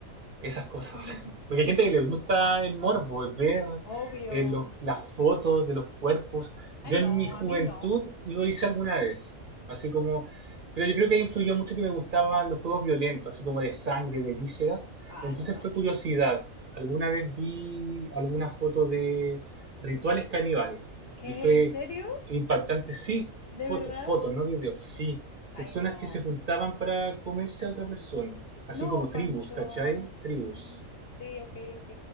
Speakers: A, on the right (about 45°); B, on the left (about 60°).
A: esas cosas.
B: <laughs>
A: <laughs> Porque hay gente que le gusta el morbo, ver
B: Obvio.
A: eh, los- las fotos de los cuerpos. Yo
B: Ah, no,
A: en mi juventud
B: a mí no.
A: lo hice alguna vez, así como, pero yo creo que ahí influyó mucho que me gustaban los juegos violentos, así como de sangre, de vísceras.
B: Ah,
A: Entonces
B: no manches.
A: fue curiosidad. Alguna vez vi alguna foto de rituales caníbales
B: ¿Qué?
A: y fue
B: ¿En serio?
A: impactante. Sí,
B: ¿De
A: fotos,
B: verdad?
A: fotos, no videos, sí.
B: Ay,
A: Personas
B: no.
A: que se juntaban para comerse a otra persona así
B: No,
A: como tribus,
B: Pancho.
A: ¿cachai? Tribus.
B: Mm, Sí, ok, ok.